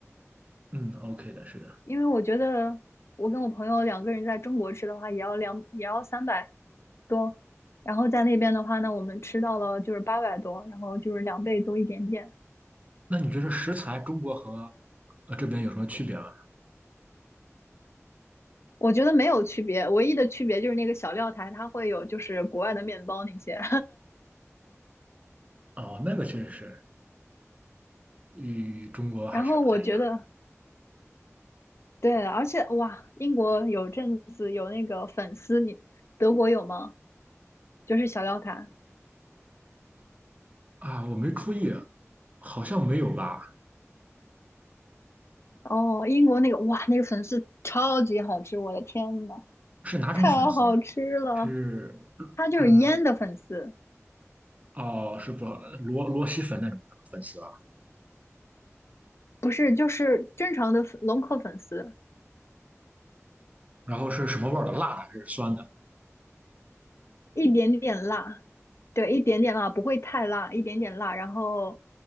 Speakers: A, on the right; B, on the left.
A: 嗯，OK 的，是的。
B: 因为我觉得我跟我朋友两个人在中国吃的话，也要两也要三百多，然后在那边的话呢，我们吃到了就是八百多，然后就是两倍多一点点，
A: 那你觉得食材中国和呃这边有什么区别吗？
B: 我觉得没有区别，唯一的区别就是那个小料台它会有就是国外的面包那些。
A: 哦，那个确实是与中国还是不太一样
B: <laughs> 然后我觉得，对，而且哇，英国有阵子有那个粉丝，你德国有吗？就是小料坛。
A: 啊，我没注意，好像没有吧？
B: 哦，英国那个哇，那个粉丝超级好吃，我的天呐，
A: 是哪种粉丝呀？
B: 太好吃了！
A: 是
B: 它就是腌的粉丝，
A: 嗯哦，是不螺螺蛳粉那种的粉丝啊？
B: 不是就是正常的粉龙口粉丝，
A: 然后是什么味儿的？辣的还是酸的？
B: 一点点辣，对，一点点辣，不会太辣，一点点辣，然后